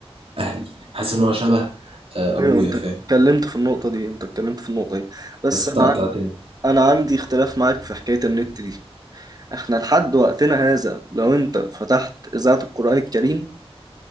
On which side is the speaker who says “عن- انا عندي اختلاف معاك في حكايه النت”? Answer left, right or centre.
Right